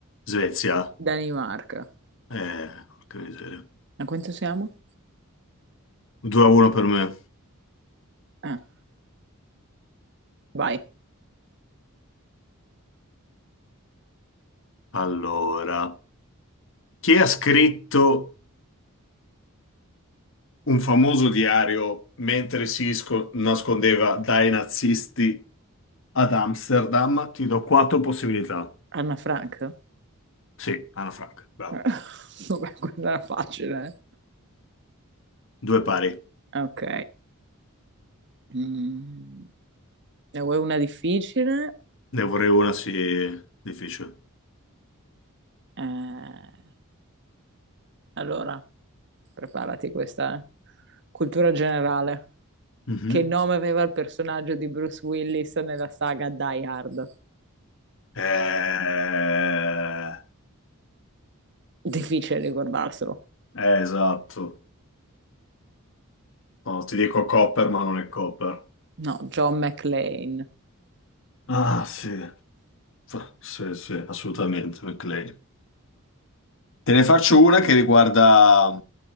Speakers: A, on the left; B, on the right.
A: Svezia.
B: Danimarca.
A: Eh, porca miseria.
B: A quanto siamo?
A: 2 a 1 per me.
B: Ah, vai.
A: Allora, chi ha scritto un famoso diario mentre si sco- nascondeva dai nazisti ad Amsterdam? Ti do quattro possibilità.
B: Anna Frank? <laughs>
A: Sì, Anna Frank, bravo.
B: Eh, Vabbè, quella era facile.
A: Due pari.
B: eh. Ok. Mm. Ne vuoi una difficile?
A: Ne vorrei una, sì, difficile.
B: Eh, allora, preparati questa eh. cultura generale.
A: Mhm.
B: Che nome aveva il personaggio di Bruce Willis nella saga Die Hard?
A: Eh,
B: Difficile ricordarselo.
A: eh, esatto. No, ti dico Copper, ma non è Copper.
B: No, John McClane.
A: Ah, sì. F- Sì, sì, assolutamente, McLean. Te ne faccio una che riguarda,